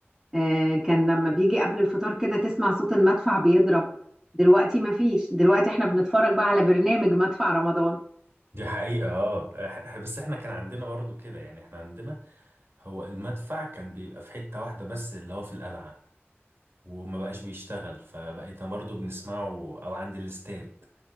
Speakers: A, in the centre; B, on the right.
A: آه كان لما بيجي قبل الفطار كده تسمع صوت المدفع بيضرب دلوقتي ما فيش دلوقتي احنا بنتفرج بقى على برنامج مدفع رمضان
B: دي حقيقة اه إح- بس احنا كان عندنا برضو كده يعني احنا عندنا هو المدفع كان بيبقى في حتة واحدة بس اللي هو في القلعة وما بقاش بيشتغل فبقيت برضو بنسمعه او عند الاستاد